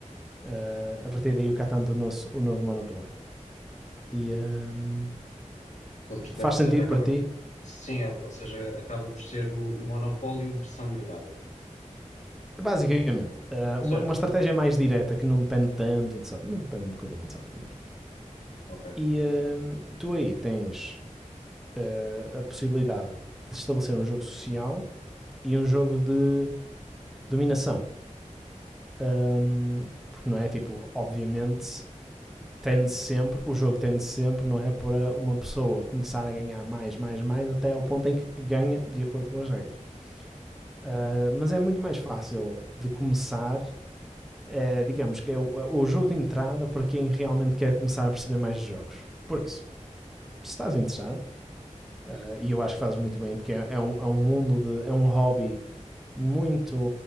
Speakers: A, in the centre; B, on the left.
A: Eh, a partir daí o Catan tornou-se o novo Monopólio. E ehm,
B: Estou a perceber,
A: faz
B: ou
A: sentido
B: seja, acaba
A: para ti?
B: sim, ou ou seja, acaba por ser o, o monopólio versão melhorada.
A: Basicamente, eh,
B: Certo?
A: uma, uma estratégia mais direta que não depende tanto de sorte, mas depende um bocadinho de sorte, não é mesmo?
B: Ok.
A: E ehm, tu aí tens eh, a possibilidade de estabelecer um jogo social e um jogo de dominação. Ehm, porque não é tipo, obviamente, tende sempre, o jogo tende sempre, não é? Para uma pessoa começar a ganhar mais, mais, mais, até ao ponto em que ganha de acordo com as regras. Uh, mas é muito mais fácil de começar, uh, digamos que é o, o, jogo de entrada para quem realmente quer começar a perceber mais de jogos. Por isso, se estás interessado, uh, e eu acho que fazes muito bem, porque é, é, um, é um mundo de. é um hobby muito